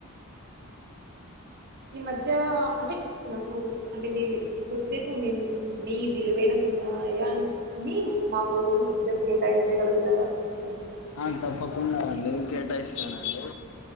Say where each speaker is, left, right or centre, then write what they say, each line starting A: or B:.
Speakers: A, on the right; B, on the left.
A: ఈ మధ్యా అంటే నాకు అంటే మీవి కొద్దిసేపు మేము మీ విలువైన సమయాన్ మీ మా కోసం కొద్దిసేపు కేటాయించగలుగుతారా అని చెప్పు.
B: ఆ తప్పకుండా అండి నే కేటాయిస్తాన అండి